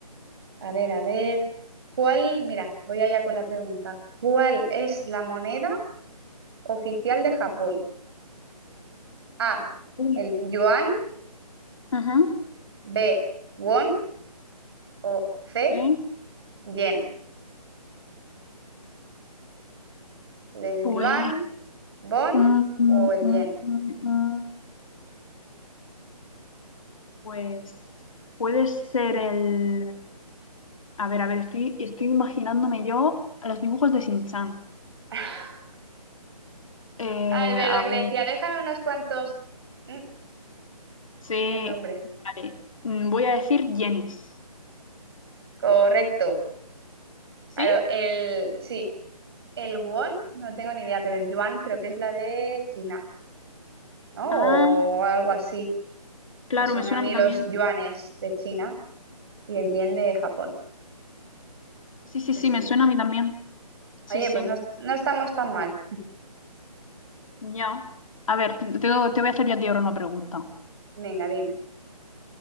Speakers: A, on the right; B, on the left.
A: A ver, a ver, ¿cuál? Mira, voy allá con la pregunta. ¿Cuál es la moneda oficial de Japón? A,
B: Uy.
A: el yuan,
B: Ujú,
A: B, won o C,
B: Sí,
A: yen. El
B: pues,
A: yuan, bon
B: mm, mm,
A: o el
B: mm,
A: yen.
B: mm, mm. Pues puede ser el... A ver, a ver, estoy, estoy imaginándome yo a los dibujos de Shin-chan.
A: <laughs>
B: Eh,
A: Ah, es verdad
B: a
A: que le
B: ver,
A: decía, déjame unos cuantos. Mm,
B: sí.
A: y el nombre.
B: Vale. Mm, Voy a decir yenes.
A: Correcto.
B: ¿Sí?
A: Claro, el. Sí, el won, no tengo ni idea, pero el yuan creo que es la de China, ¿no?
B: Ah,
A: O algo así.
B: claro,
A: Me suena
B: me suena
A: a mí
B: a mí también.
A: los yuanes de China y el yen de Japón.
B: Sí, sí, sí,
A: Así.
B: me suena a mí también. Sí,
A: Oye,
B: sí,
A: pues no, no estamos tan mal.
B: ya. A ver, te, te- te voy a hacer yo a ti ahora una pregunta.
A: Venga, dime.